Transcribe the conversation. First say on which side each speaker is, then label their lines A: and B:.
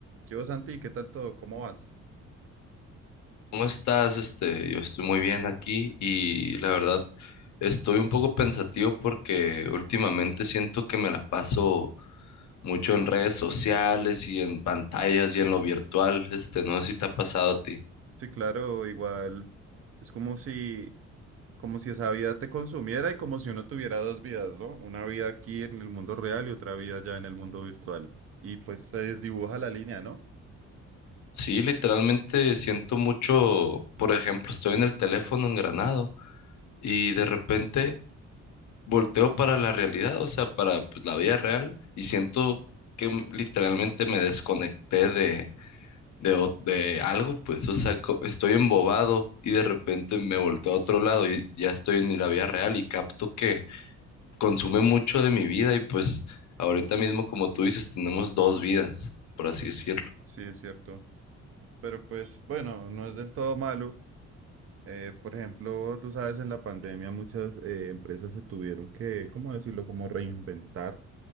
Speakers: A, on the right; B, on the left.
A: ¿Qué vas, Santi? ¿Qué tal todo? ¿Cómo vas?
B: ¿Cómo estás? Este, yo estoy muy bien aquí y la verdad estoy un poco pensativo porque últimamente siento que me la paso mucho en redes sociales y en pantallas y en lo virtual. Este, no sé si te ha pasado a ti.
A: Sí, claro, igual es como si, como si esa vida te consumiera y como si uno tuviera dos vidas, ¿no? Una vida aquí en el mundo real y otra vida ya en el mundo virtual. Y pues se desdibuja la línea, ¿no?
B: Sí, literalmente siento mucho, por ejemplo, estoy en el teléfono engranado y de repente volteo para la realidad, o sea, para pues, la vida real y siento que m- literalmente me desconecté de de, o- de algo, pues, o sea, co- estoy embobado y de repente me volteo a otro lado y ya estoy en la vida real y capto que consume mucho de mi vida y pues ahorita mismo, como tú dices, tenemos dos vidas, por así decirlo.
A: Sí, es cierto. Pero pues bueno, no es del todo malo. Eh, por ejemplo, tú sabes, en la pandemia muchas eh, empresas se tuvieron que, ¿cómo decirlo? Como reinventar